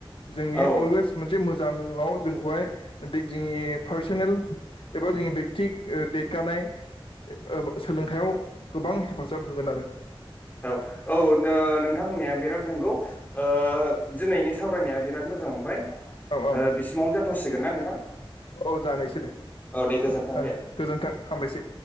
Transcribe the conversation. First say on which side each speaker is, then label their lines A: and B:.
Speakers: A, on the left; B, on the left.
A: जोंनि
B: औ
A: अलवेस मोनसे मोजाङाव जोंखौहाय बे जोंनि पार्सनेल एबा जोंनि बेक्ति ओ देदगानाय ओ सोलोंथायाइयाव गोबां हेफाजाब होगोन आरो।
B: औ नो नोंथां होननाया बेराद नोंगौ ओ दिनैनि सावरायनाया बिराद मोजां मोनबाय।
A: औ औ
B: ओ
A: औ
B: बिसिमावनो जाथ'सिगोन ना नोंथां
A: औ जानायसै दे
B: औ दे गोजोन्थों
A: ओ ओ
B: दे
A: गोजोन्थों हामबायसै